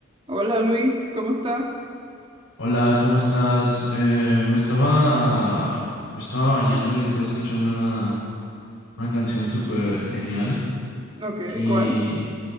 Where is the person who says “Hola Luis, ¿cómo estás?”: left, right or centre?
Right